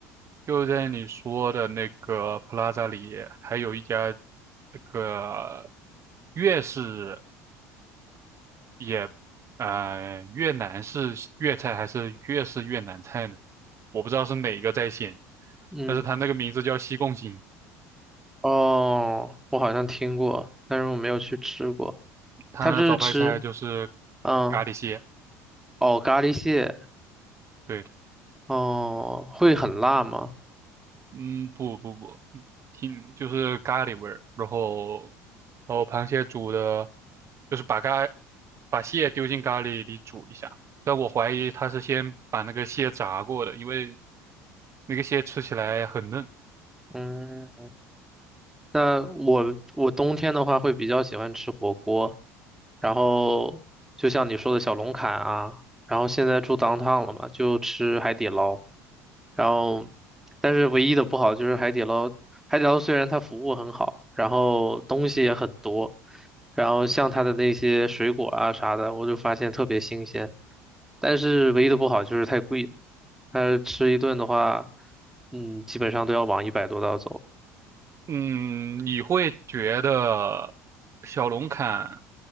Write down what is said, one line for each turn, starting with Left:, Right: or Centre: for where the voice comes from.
Right: 就在你说的那个 Plaza 里，还有一家那个粤式也，呃，越南式粤菜还是粤式越南菜呢？我不知道是哪个在先，
Centre: 嗯。
Right: 但是它那个名字叫西贡星，
Centre: 哦，我好像听过，但是我没有去吃过。
Right: 它那招牌菜就是
Centre: 它是吃，嗯，
Right: 咖喱蟹。
Centre: 哦，咖喱蟹，
Right: 对，的。
Centre: 哦，会很辣吗？
Right: 嗯，不不不，挺就是咖喱味儿，然后然后螃蟹煮的，就是把咖把蟹丢进咖喱里煮一下，但我怀疑他是先把那个蟹炸过的，因为那个蟹吃起来很嫩。
Centre: 嗯，那我我冬天的话会比较喜欢吃火锅，然后就像你说的小龙坎啊，然后现在住 downtown 了嘛，就吃海底捞，然后但是唯一的不好就是海底捞，海底捞虽然它服务很好，然后东西也很多，然后像它的那些水果啊啥的，我就发现特别新鲜，但是唯一的不好就是太贵了，它吃一顿的话，嗯，基本上都要往一百多刀走。
Right: 嗯，你会觉得小龙坎